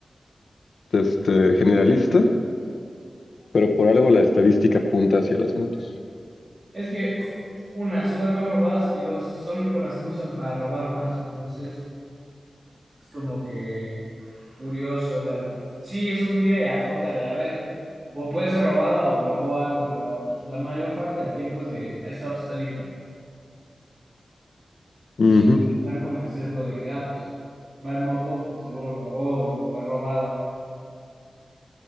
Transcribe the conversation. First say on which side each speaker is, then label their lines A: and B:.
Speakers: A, on the left (about 85°); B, on the right (about 50°).
A: este, generalista, pero por algo la estadística apunta hacia las motos.
B: Es que, una, son las más robadas y dos, son con las que usan para robar más. Entonces, es como que curioso. O sea, sí es un tira y afloja de, a ver, o puede ser robada o robó algo, pero pues, la mayor parte del tiempo es de, este auto está limpio.
A: Ujú.
B: Y si están con el sesgo de que, ah, pues, va en moto, pues seguro robó o es robada.